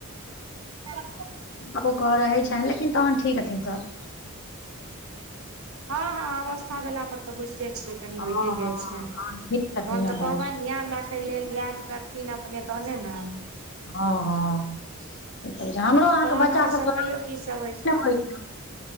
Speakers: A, on the right (about 70°); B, on the left (about 55°).
A: ह
B: तो करऽ रहे छनि लेकिन तहन ठीक हथिन सभ
A: हँ हँ अवस्था भेला पर तऽ बुझिते छियै
B: हँ
A: होइय जाइ
B: हँ
A: छै तहन
B: ठीक छथिन
A: तऽ
B: अपन
A: कहबनि ध्यान राखैथ ैतय लेल विमान रखथिन अपने तहने ने
B: हँ हँ से हमरो अहाँके
A: तहन
B: बच्चाभके
A: आओर सब कहियौ की सब
B: होइ छै